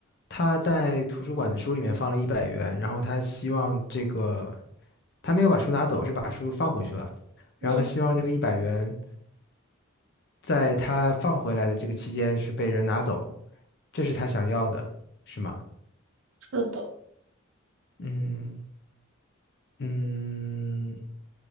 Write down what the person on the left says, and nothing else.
他在图书馆的书里面放了一百元，然后他希望这个他没有把书拿走，是把书放回去了，然后他希望这个一百元
在他放回来的这个期间是被人拿走，这是他想要的，是吗？
嗯。嗯，